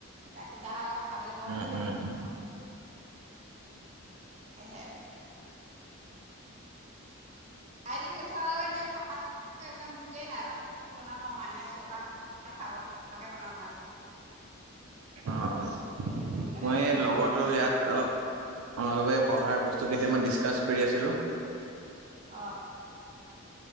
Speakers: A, on the right; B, on the right.
A: গাখীৰ চাহৰ লগত খাবলৈ বৰ
B: উম-উম-উম
A: ধুনীয়া তাকেহে। <unintelligible> দিলো গাখীৰ চাহৰ লগত এতিয়া ভাত খাবলৈ একদম ভোকেই নাই <unintelligible> বনাম আৰু মাইনা স্কুলৰ পা <unintelligible> বনাম আজি।
B: অ', অ',
A: বেছি সোনকালে
B: মই
A: খালে
B: এই লগৰটো
A: ভাল নালাগে
B: ইয়াত অলপ অ, অলপ এই পঢ়াৰ বস্তু কেইটামান ডিছকাছ কৰি আছিলো।
A: অ',